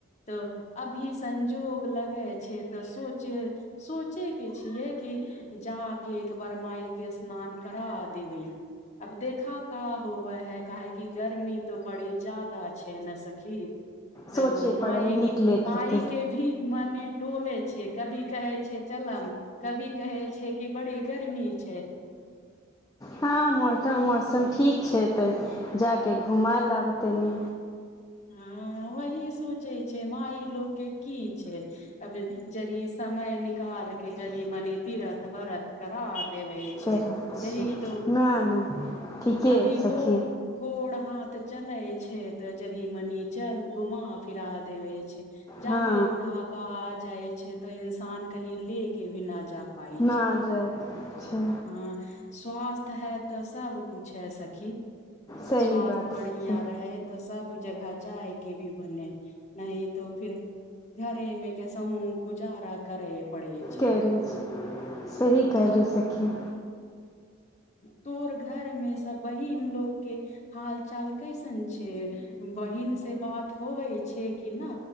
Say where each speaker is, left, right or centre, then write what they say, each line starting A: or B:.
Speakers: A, on the left (about 35°); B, on the left (about 15°).
A: तऽ अभी संजोग लगे छै तऽ सोचे सोचे के छियै कि जा के एक बार माय के स्नान करा देबय अब देखा क होबए है काहै कि गर्मी तो बड़ी जादा छै ने सखी तऽ
B: सोचय
A: मायके
B: पड़ै हइ निकलै खातिर
A: माय के भी मने डोले छै कभी कहे छै चलम कभी कहे छै कि बड़ी गर्मी छै
B: हँ मठम मौसम ठीक छै तऽ जा कऽ घुमाय लाबु तनि
A: हँ वही सोचै छै माय लोक के की छै अब जड़ी समय निकाल के जड़ी मनी तीरथ व्रत करा देवे छै
B: करै छी
A: यही तो
B: नहि नहि ठीके
A: अभी
B: हइ सखी
A: गो गोड़ हाथ चलै छै तऽ जड़ि मनी चल घुमा फिरा देवे छै जा
B: हँ
A: दे बुढ़ाप पा आ जाइ छै तऽ इंसान कहीं ले के भी न जा प पाइ
B: नहि
A: छै
B: जाइके छै
A: हँ स्वास्थ है तऽ सब कुछ है सखी
B: सही
A: स्वास्थ
B: बात
A: बढ़िया
B: सखी
A: रहै तऽ ऊ जगह जायके भी बने नही तो फिर घरे मे कैसहू गुजारा करे पड़े छै
B: केरेज सही <unintelligible> कहलू सखी
A: तोर घरमे सब बहिन लोकके हाल चाल कैसन छै बहिन से बात होबै छै कि ना